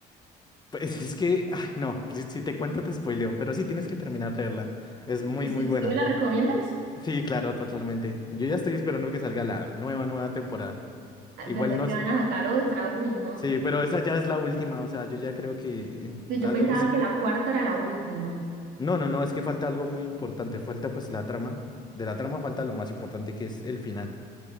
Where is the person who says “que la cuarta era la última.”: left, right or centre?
Right